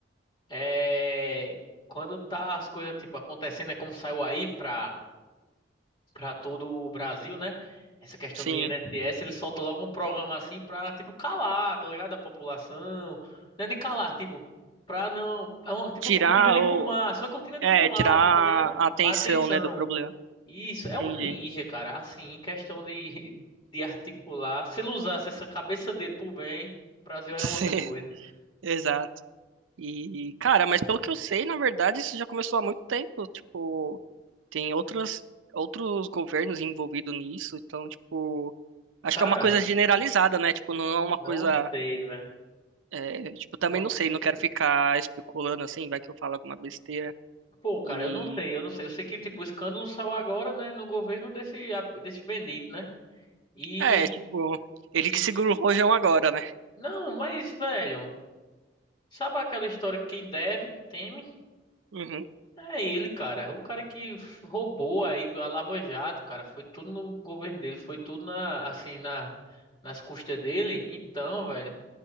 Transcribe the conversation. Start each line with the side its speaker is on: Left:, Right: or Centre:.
Left: É, quando tá as coisas tipo acontecendo, é como saiu aí pra, pra todo o Brasil, né? Essa questão
Right: Sim.
Left: do INSS, ele solta logo um programa assim pra tipo calar, tá ligado? A população. Não é nem calar, tipo, pra não. É uma, tipo
Right: Tirar
Left: uma cortina de
Right: ou.
Left: fumaça, uma cortina de
Right: É,
Left: fumaça,
Right: tirar
Left: tá ligado?
Right: a atenção,
Left: Atenção.
Right: né, do problema.
Left: Isso, é
Right: Entendi.
Left: um ninja, cara. Assim, em questão de, de articular. Se ele usasse essa cabeça dele pro bem, o Brasil
Right: <laughs>
Left: era
Right: Sim,
Left: uma outra coisa.
Right: exato. E, cara, mas pelo que eu sei, na verdade, isso já começou há muito tempo. Tipo, tem outras, outros governos envolvidos nisso. Então, tipo, acho
Left: Cara,
Right: que é uma coisa generalizada, né? Tipo, não é uma
Left: não
Right: coisa.
Left: sei, velho.
Right: é, tipo, também
Left: Não
Right: não sei, não
Left: sei.
Right: quero ficar especulando assim, vai que eu falo alguma besteira.
Left: Pô, cara,
Right: E.
Left: eu não sei, eu não sei. Eu sei que, tipo, o escândalo saiu agora, né, no governo desse, desse bendito, né? E,
Right: É, tipo, ele
Left: e...
Right: que segura o rojão agora, né?
Left: Não, mas, velho, sabe aquela história que quem deve, teme?
Right: Uhum,
Left: É ele, cara. O cara que f- roubou aí a Lava Jato, cara. Foi tudo no governo dele, foi tudo na, assim, na, nas custas dele. Então, velho,